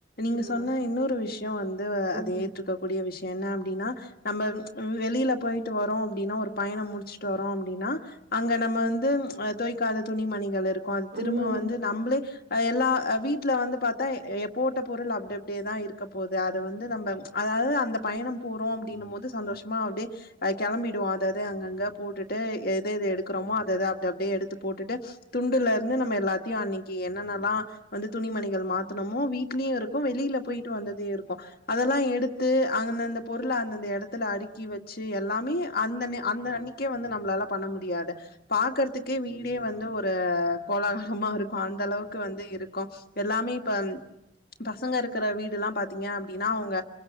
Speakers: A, on the left; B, on the right.
A: நீங்க
B: ம்
A: சொன்ன இன்னொரு விஷயம் வந்து அது
B: ம்
A: ஏற்றுக்க கூடிய விஷயம் என்ன அப்டின்னா நம்ம வெளியில போயிட்டு வரோ அப்டின்னா ஒரு பயணம் முடிச்சுட்டு வரோ அப்டின்னா அங்க நம்ம வந்து அ தோய்கக்காத துணி மணிகள் இருக்கு அது
B: ம்
A: திரும்ப வந்து நம்ளே எல்லா வீட்ல வந்து பாத்தா ஏ போட்ட பொருள் அப்டி அப்டியேதா இருக்க போது அத வந்து நம்ம அதாவது அந்த பயணம் போறோ அப்டின்னு மோது சந்தோஷமா அப்டியே கிளம்பிடுவோ அதஅது அங்கங்க போட்டுட்டு எத எது எடுக்கறமோ அதஅது அப்டி அப்டியே எடுத்து போட்டுட்டு துண்டுல இருந்து நம்ம எல்லாத்தையு அன்னைக்கு என்னன்னல்லா வந்து துணிமணிகள் மாத்தனமோ வீட்லயு இருக்கு வெளியில போயிட்டு வந்தது இருக்கு அதெல்லா எடுத்து அந்தந்த பொருள் அந்தந்த எடத்துல அடுக்கி வெச்சு எல்லாமே அந்த நே அந்த அன்னி க்கே வந்து நம்மளால பண்ண முடியாது பாக்கறதுக்கே வீடே வந்து ஒரு கோலாறா றம்மா இருக்கு அந்த அளவுக்கு வந்து இருக்கு எல்லாமே இப்ப பசங்க இருக்கிற வீடு எல்லா பாத்தீங்க அப்டின்னா அவங்க